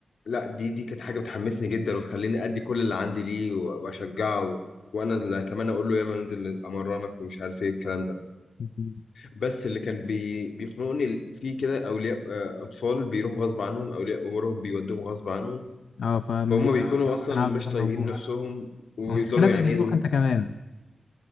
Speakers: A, on the left; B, on the left.
A: لا دي دي كانت حاجة بتحمسني جدا وتخليني أدي كل اللي عندي ليه و- وأشجعه و- وأنا اللي كمان أقول له يلا ننزل أمرنك ومش عارف إيه الكلام ده
B: مم.
A: بس اللي كان بي بيخنقني فيه كده أولياء آه، أطفال بيروحوا غصب عنهم أولياء أمورهم بيودوهم غصب عنهم
B: اه فما
A: فهم
B: بي-
A: بيكونوا أصلا
B: انا عاوز
A: مش
B: اكون
A: طايقين
B: موجود
A: نفسهم ويفضلوا
B: والمشكله
A: يعاندوا
B: بيضايقوك انت كمان